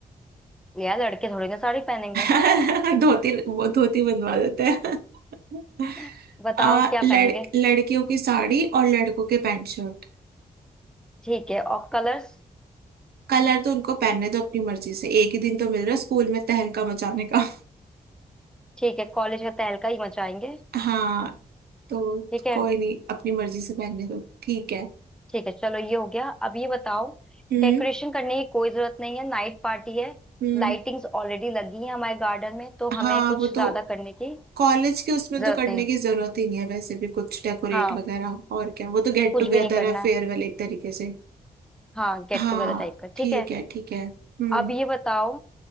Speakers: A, in the centre; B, on the right (about 80°).
A: यार लड़के थोड़ी ना साड़ी पहनेंगे
B: <laughs> धोती वो धोती बनवा देते हैं <laughs>
A: <laughs> बताओ
B: आ,
A: क्या
B: लड़,
A: पहनेंगे
B: लड़कियों की साड़ी और लड़कों के पैंट शर्ट
A: ठीक है और कलर्स
B: कलर तो उनको पहनने दो अपनी मर्जी से एक ही दिन तो मिल रहा है स्कूल में तहलका मचाने का
A: ठीक है कॉलेज का तहलका ही मचाएंगे
B: <laughs> हाँ तो
A: ठीक है
B: कोई नहीं अपनी मर्जी से पहनने दो ठीक है
A: ठीक है चलो ये हो गया अब ये बताओ
B: हम्म
A: डेकोरेशन करने की कोई जरूरत नहीं है नाइट पार्टी है
B: हम्म
A: लाइटिंग्स ऑलरेडी लगी है हमारे गार्डन में तो हमें
B: हाँ
A: कुछ
B: वो
A: ज्यादा
B: तो
A: करने की
B: कॉलेज के उसमें
A: जरूरत
B: तो करने
A: नहीं है
B: की जरूरत ही नहीं है वैसे भी कुछ डेकोरेट
A: हाँ
B: वगैरह और क्या वो तो गेट
A: कुछ
B: टुगेदर
A: भी नहीं करना
B: है फेयरवेल
A: है
B: एक तरीके से
A: हाँ गेट
B: हाँ
A: टुगेदर टाइप का
B: ठीक
A: ठीक है
B: है ठीक है हम्म
A: अब ये बताओ